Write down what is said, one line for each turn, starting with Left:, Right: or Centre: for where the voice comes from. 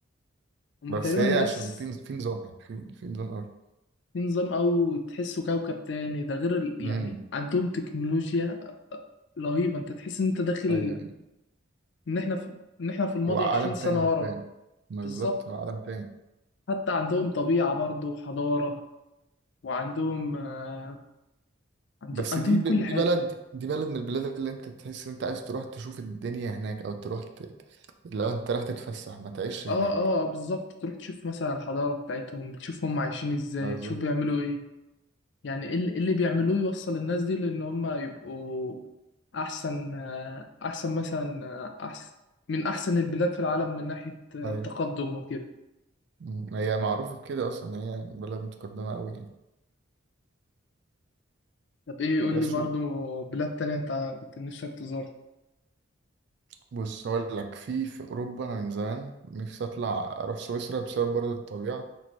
Left: هم
Right: بس
Left: تقريبا
Right: هي
Left: الناس
Right: عشان في في نظام يعني في في نظام قوي
Left: في نظام او تحسه كوكب تاني ده غير ال... يعني
Right: امم
Left: عندهم تكنولوجيا رهيبه انت تحس ان انت داخل
Right: ايوه أيوة.
Left: ان احنا في... ان احنا في الماضي
Right: هو عالم
Left: 20 سنه
Right: تاني حرفيا
Left: ورا
Right: ما
Left: بالظبط
Right: بالظبط هو عالم تاني
Left: حتى عندهم طبيعه برضه وحضاره وعندهم آه، عند-
Right: بس
Left: عندهم
Right: دي
Left: كل
Right: ب...
Left: حاجة
Right: دي بلد دي بلد من البلاد اللي انت تحس ان انت عايز تروح تشوف الدنيا هناك او تروح ت... لو انت رايح تتفسح ما تعيش
Left: اه
Right: هناك
Left: اه آه، بالظبط تروح تشوف مثلا الحضارة بتاعتهم بتشوف هم عايشين ازاي
Right: بالظبط
Left: تشوف بيعملوا ايه يعني ايه اللي إيه اللي بيعملوه يوصل الناس دي لان هم يبقوا احسن آه، احسن مثلا آه، احسن من احسن البلاد في العالم من ناحية آه،
Right: ايوه
Left: تقدم وكده
Right: مم. هي معروفة بكده اصلا هي بلد متقدمة قوي يعني
Left: طب ايه قول
Right: بس
Left: لي برضو
Right: و-
Left: بلاد تانية انت كنت نفسك تزورها
Right: بص اقول لك في في اوروبا انا من زمان نفسي اطلع اروح سويسرا بسبب برضه الطبيعة